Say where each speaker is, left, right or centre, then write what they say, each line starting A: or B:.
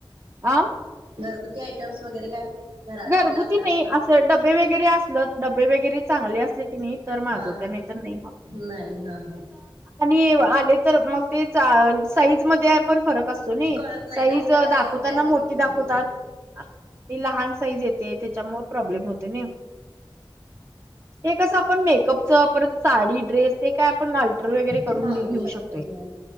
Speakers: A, on the right; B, on the right.
A: आ
B: घरगुती आयटम्स वगैरे काय? घरातले
A: घरगुती
B: लागणारे
A: नाही,
B: पण
A: असं डबे वगैरे असल डबे वगैरे चांगले असले किनी तर मागवते.
B: हा हा
A: नाही तर नाही हा.
B: नाही, हा हा.
A: आणि आले तर मग ते साईज मध्ये पण फरक असतो नी,
B: कळत नाही
A: साईज
B: ना आपल्याला
A: दाखवताना
B: ते ऑनलाईन बघितल्यावर
A: मोठी दाखवतात
B: होय
A: आणि लहान साईज येते त्याच्यामुळे प्रॉब्लेम होते नाही. ते कसं आपण मेकअपच परत साडी ड्रेस हे काय आपण घालतो. ऑर्डर वगैरे
B: ते
A: करून
B: मागवू
A: घेऊ
B: शकते
A: शकतो.
B: होय